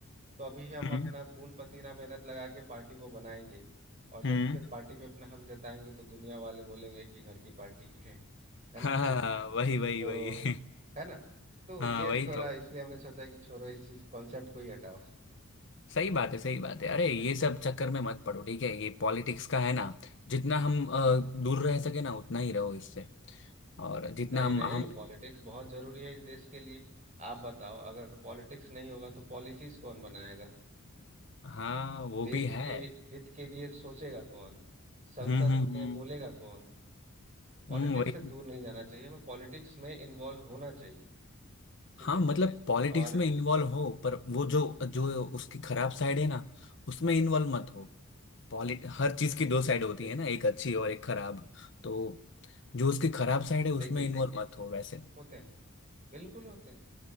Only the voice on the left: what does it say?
हम्म
हम्म
हाँ
हाँ
हाँ, वही वही
वही <laughs>
हाँ
वही
तो
सही बात है सही बात है
अरे
ये सब चक्कर में मत पड़ो ठीक है ये पॉलिटिक्स का है ना जितना हम अ, दूर रह सके ना उतना ही रहो इससे और जितना
हम
हम
हाँ वो
भी है
हम्म हम्म
हम्म
हम्म, वही
हाँ
मतलब पॉलिटिक्स
में इन्वॉल्व हो पर वो जो जो उसकी खराब साइड है ना उसमें इन्वॉल्व मत हो पॉलिट हर चीज की दो साइड होती
है ना एक अच्छी और एक खराब तो जो उसकी खराब साइड है उसमें
इन्वॉल्व <laughs> मत हो वैसे